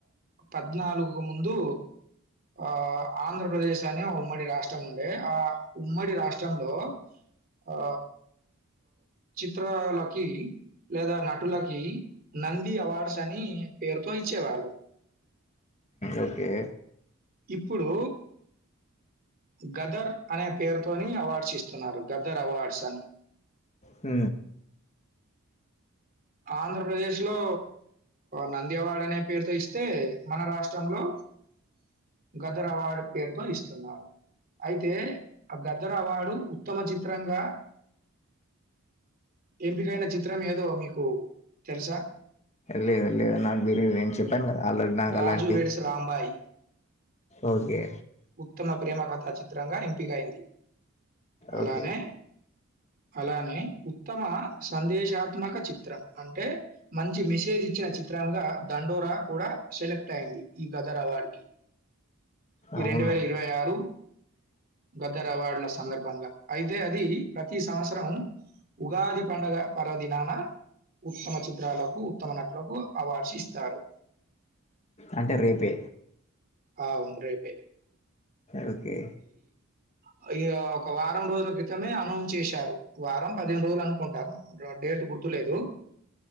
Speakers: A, on the right; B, on the left.
A: పద్నాలుగుకు ముందు ఆ ఆంధ్రప్రదేశ్ అని ఆ ఉమ్మడి రాష్ట్రం ఉండే ఆ ఉమ్మడి రాష్ట్రంలో ఆ చిత్రాలకి లేదా నటులకి నంది అవార్డ్స్ అని పేరుతో ఇచ్చేవాళ్ళు
B: ఓకే
A: ఇప్పుడు గదర్ అనే పేరుతోని అవార్డ్స్ ఇస్తున్నారు గదర్ అవార్డ్స్ అని
B: అ
A: ఆంధ్రప్రదేశ్ లో నంది అవార్డ్ అనే పేరుతో ఇస్తే మన రాష్ట్రంలో గదర్ అవార్డ్ పేరుతో ఇస్తున్నారు అయితే ఆ గదర్ అవార్డు ఉత్తమ చిత్రంగా ఎంపికైన చిత్ర చిత్రం ఏదో మీకు తెలుసా
B: లేదు లేదు నాకు తెలీదు నేను చెప్పాను కదా ఆల్రెడీ నాకు
A: 'రాజు
B: అలాంటివి
A: వెడ్స్ రాంబాయి'
B: ఓకే
A: ఉత్తమ ప్రేమ కథా చిత్రంగా ఎంపికయింది అలానే
B: ఓకే
A: అలానే ఉత్తమ సందేశాత్మక చిత్రం అంటే మంచి మెసేజ్ ఇచ్చే చిత్రంగా దండోరా కూడా సెలెక్ట్ అయింది ఈ గదర్ అవార్డు కి ఈ
B: అవునా
A: రెండు వేల ఇరవై ఆరు గద్దరవార్డుల సందర్భంగా అయితే అది ప్రతి సంవత్సరం ఉగాది పండుగ పర్వదినానఆ ఉత్తమ చిత్రాలకు ఉత్తమ నటులకు అవార్డ్స్ ఇస్తారు
B: అంటే రేపే
A: ఆ ఉ రేపే
B: ఓకే
A: ఆ ఇగ వారం రోజుల క్రితమే అనౌన్స్ చేశారు వారం పదిహేను రోజులు అనుకుంటారు డేట్ గుర్తులేదు